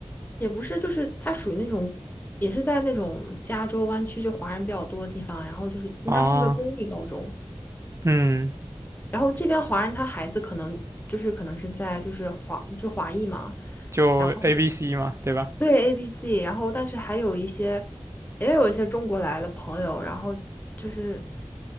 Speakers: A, on the left (about 20°); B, on the right (about 30°).
A: 也不是，就是他属于那种。也是在那种加州湾区，就华人比较多的地方，然后就是它是一个公立高中，
B: 啊，嗯，
A: 然后这边华人他孩子可能就是可能是在就是华就华裔嘛，
B: 就
A: 然后
B: A B C 嘛，对吧？
A: 对 A B C，然后但是还有一些也有一些中国来的朋友，然后就是